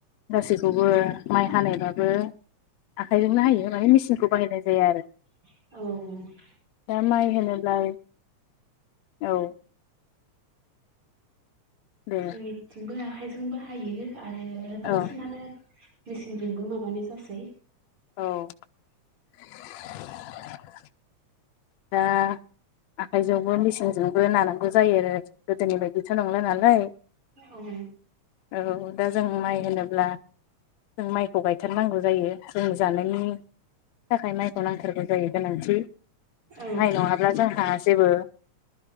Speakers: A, on the left; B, on the right.
A: गासैखौबो माइ हानायबाबो आखाइजोंनो हायो माने मेचिनखौ बाहायनाय जाया आरो‌
B: औ-औ।
A: दा माइ होनोब्लाय औ। दे
B: जोंनिथिंबो आखाइजोंबो हायो आरो
A: औ
B: बांसिनानो मेचिनजोंबो माबानाय जासै।
A: औ। <unintelligible> दा आखाइजोंबो मेचिनजोंबो नानांगौ जायो आरो गोदोनि बायदिथ' नंला नालाय।
B: औ।
A: औ दा जों माइ होनोब्ला जों माइखौ गायथारनांगौ जायो। जों जानायनि थाखाय माइखौ नांथारगौ जायो गोनांथि।
B: औ
A: माइ नङाब्ला जोंहा। जेबो